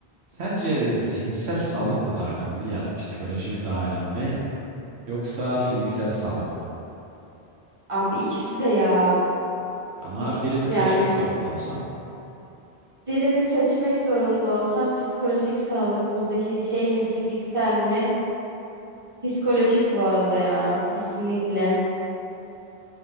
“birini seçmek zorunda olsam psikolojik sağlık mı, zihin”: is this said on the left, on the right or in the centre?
Right